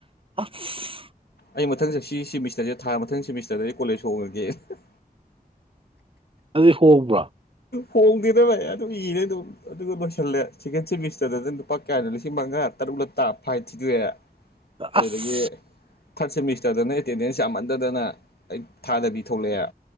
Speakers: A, on the right; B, on the left.
A: ꯑꯁ
B: ꯑꯩ ꯃꯊꯪ ꯆꯠ ꯁꯤ ꯁꯤꯃꯤꯁꯇꯔꯖꯦ ꯊꯥ ꯃꯊꯪ ꯁꯦꯃꯤꯁꯇꯔꯗꯩꯗꯤ ꯀꯣꯂꯦꯖ ꯍꯣꯡꯉꯒꯦ ꯑꯍ ꯍ
A: ꯑꯗꯨꯗꯤ ꯍꯣꯡꯕ꯭ꯔꯣ
B: ꯍꯣꯡꯗꯦꯗ ꯚꯥꯏ ꯑꯗꯨꯝ ꯏꯔꯦ ꯑꯗꯨꯝ ꯑꯗꯨꯒ ꯂꯣꯏꯁꯜꯂꯦ ꯁꯦꯀꯦꯟ ꯁꯦꯃꯤꯁꯇꯔꯗꯗ ꯂꯨꯄꯥ ꯀꯌꯥꯅꯣ ꯂꯤꯁꯤꯡ ꯃꯉꯥꯔ ꯇꯔꯨꯛ ꯂ ꯇꯥꯕ ꯐꯥꯏꯟ ꯊꯤꯗꯣꯛꯑꯦ ꯑꯗꯨꯗꯒꯤ
A: ꯑꯁ
B: ꯊꯥꯔꯠ ꯁꯦꯃꯤꯁꯇꯔꯗꯅ ꯑꯦꯇꯦꯟꯗꯦꯟꯁ ꯌꯥꯝꯃꯟꯗꯗꯅ ꯑꯩ ꯊꯥꯗꯕꯤ ꯊꯣꯛꯂꯛꯑꯦ